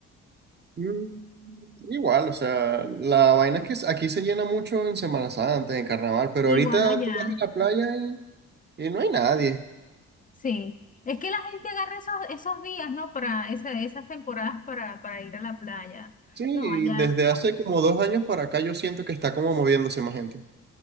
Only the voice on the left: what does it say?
igual
allá,
sí. Es que la gente agarra esos, esos días, ¿no? Para esa- esas temporadas para, para ir a la playa.
No, allá,